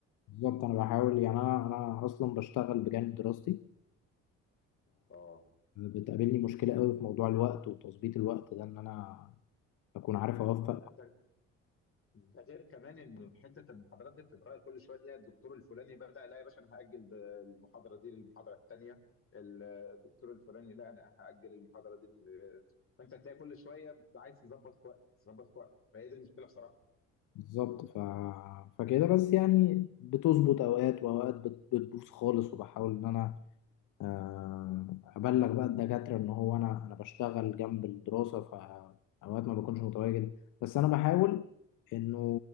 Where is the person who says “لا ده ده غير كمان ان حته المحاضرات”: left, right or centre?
Left